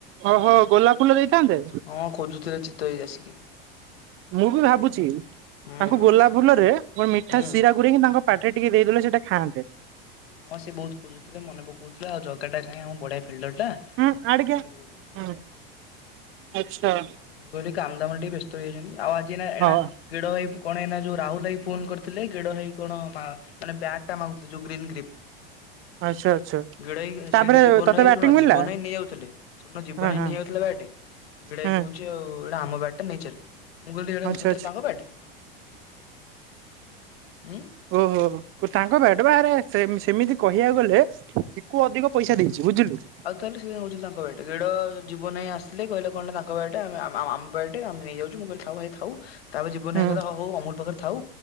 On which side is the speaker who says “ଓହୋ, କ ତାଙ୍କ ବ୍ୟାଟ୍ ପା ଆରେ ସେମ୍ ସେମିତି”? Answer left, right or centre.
Right